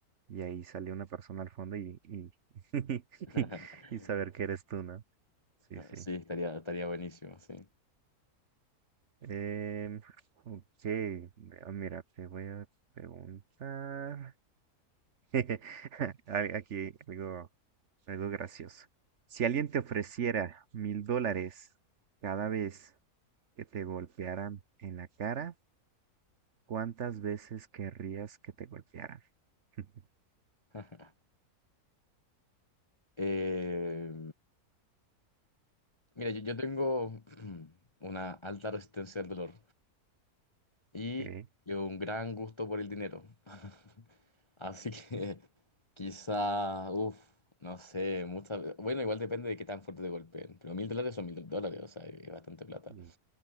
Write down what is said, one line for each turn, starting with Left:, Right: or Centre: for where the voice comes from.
Right: y ahí sale una persona al fondo y, y, <laughs>
Left: <laughs>
Right: y saber que eres tú, ¿no? Sí, sí.
Left: Sí, estaría, estaría buenísimo, sí.
Right: Em, ok, ve- ah, mira, te voy a preguntar. <laughs> Hay Aquí, digo algo gracioso. Si alguien te ofreciera mil dólares cada vez que te golpearan en la cara, ¿cuántas veces querrías que te golpearan? <laughs>
Left: <laughs> Eh, mira, yo, yo tengo <clears throat> una alta resistencia al dolor y
Right: Sí,
Left: un gran gusto por el dinero. <laughs> Así que quizá, uff, no sé, muchas. bueno, igual depende de qué tan fuerte te golpeen, pero mil dólares son mil dólares, o sea, es bastante plata.
Right: sí,